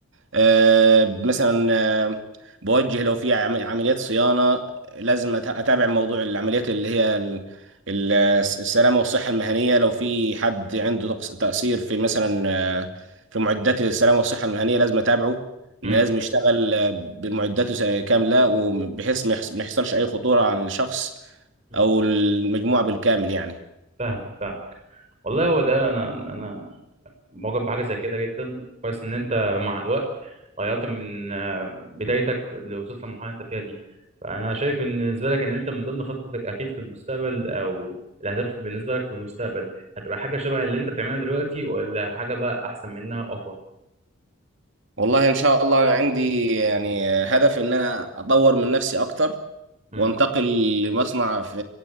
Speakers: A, on the right; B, on the right.
A: آه، مثلا آه، بوجه لو في عم- عمليات صيانة لازم أت- أتابع موضوع العمليات اللي هي ال- ال- السلامة والصحة المهنية لو في حد عنده تقص- تقصير في مثلا آه، في معدات السلامة والصحة المهنية لازم أتابعه
B: مم.
A: إن لازم يشتغل آه، بمعداته س- كاملة وبحيث ما يحص- ما يحصلش أي خطورة على الشخص
B: مم.
A: أو المجموعة بالكامل يعني
B: فاهم فاهم والله هو ده انا انا معجب بحاجه زي كده جدا كويس ان انت مع الوقت غيرت من آه، بدايتك اللي وصلت للمرحله اللي انت فيها دي فانا شايف ان بالنسبه لك ان انت من ضمن خطتك اكيد في المستقبل او الاهداف بالنسبه لك في المستقبل هتبقى حاجه شبه اللي انت بتعملها دلوقتي ولا حاجه بقى احسن منها واقوى
A: والله إن شاء الله أنا عندي يعني هدف إن أنا أطور من نفسي أكتر
B: امم
A: وانتقل لمصنع في